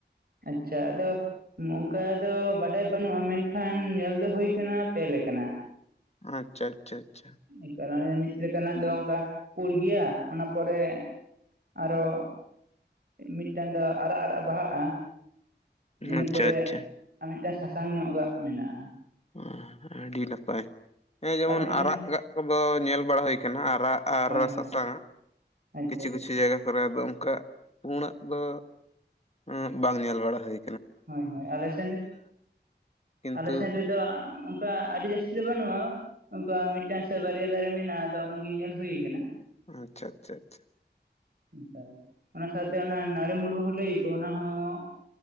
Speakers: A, on the right (about 55°); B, on the left (about 35°).
A: ᱟᱪᱪᱷᱟ ᱟᱫᱚ ᱚᱝᱠᱟ ᱫᱚ ᱵᱟᱰᱟᱭ ᱵᱟᱹᱱᱩᱜᱼᱟ᱾ ᱢᱮᱱᱠᱷᱟᱱ ᱧᱮᱞ ᱫᱚ ᱦᱳᱭ ᱠᱟᱱᱟ ᱯᱮ ᱞᱮᱠᱟᱱᱟᱜ᱾
B: ᱟᱪᱪᱷᱟ ᱟᱪᱪᱷᱟ ᱟᱪᱪᱷᱟ᱾
A: ᱮ ᱠᱟᱨᱚᱱᱮ ᱢᱤᱫ ᱞᱮᱠᱟᱱᱟᱜ ᱫᱚ ᱚᱝᱠᱟ ᱯᱳᱲ ᱜᱮᱭᱟ ᱚᱱᱟ ᱯᱚᱨᱮ ᱟᱨᱚ ᱢᱤᱫᱴᱮᱱ ᱫᱚ ᱟᱨᱟᱜ ᱟᱨᱟᱜ ᱵᱟᱦᱟᱜᱼᱟ᱾ ᱤᱱᱟᱹ
B: ᱟᱪᱪᱷᱟ
A: ᱯᱚᱨᱮ
B: ᱟᱪᱪᱷᱟ
A: ᱟᱨ ᱢᱤᱴᱟᱝ ᱥᱟᱥᱟᱝ ᱧᱚᱜᱟᱜ ᱢᱮᱱᱟᱜᱼᱟ᱾
B: ᱟ ᱟᱹᱰᱤ ᱱᱟᱯᱟᱭ ᱦᱮᱸ ᱡᱮᱢᱚᱱ
A: ᱟᱨ ᱢᱤᱫᱴᱟᱝ
B: ᱟᱨᱟᱜᱼᱟᱜ ᱠᱚᱫᱚ ᱧᱮᱞ ᱵᱟᱲᱟ ᱦᱳᱭ ᱠᱟᱱᱟ ᱟᱨᱟᱜ ᱟᱨ
A: ᱦᱳᱭ ᱦᱳᱭ
B: ᱥᱟᱥᱟᱝ
A: ᱟᱪᱪᱷᱟ
B: ᱠᱤᱪᱷᱩ ᱠᱤᱪᱷᱩ ᱡᱟᱭᱜᱟ <unintelligible> ᱫᱚ ᱚᱝᱠᱟ ᱯᱩᱲᱟᱹᱜ ᱫᱚ ᱮ ᱵᱟᱝ ᱧᱮᱞ ᱵᱟᱲᱟ ᱦᱳᱭ
A: ᱦᱳᱭ ᱦᱳᱭ ᱟᱞᱮ ᱥᱮᱱ
B: ᱠᱤᱱᱛᱩ
A: ᱟᱞᱮ ᱥᱮᱱ ᱨᱮᱫᱚ ᱠᱟ ᱟᱹᱰᱤ ᱡᱟᱹᱥᱛᱤ ᱫᱚ ᱵᱟᱹᱱᱩᱜᱼᱟ ᱚᱝᱠᱟ ᱢᱤᱫᱴᱟᱝ ᱥᱮ ᱵᱟᱨᱭᱟ ᱫᱟᱨᱮ ᱢᱮᱱᱟᱜᱼᱟ᱾ ᱟᱫᱚ ᱚᱱᱟ ᱜᱮ ᱧᱮᱞ ᱦᱳᱭ ᱠᱟᱱᱟ᱾
B: ᱟᱪᱪᱷᱟ ᱟᱪᱪᱷᱟ ᱟᱪᱪᱷᱟ᱾
A: <unintelligible> ᱚᱱᱟ ᱥᱟᱶᱛᱮ ᱚᱱᱟ ᱱᱟᱹᱲᱮ ᱢᱩᱨᱢᱩᱜ ᱦᱚᱸ ᱞᱟᱹᱭ ᱠᱚ ᱚᱱᱟ ᱦᱚᱸ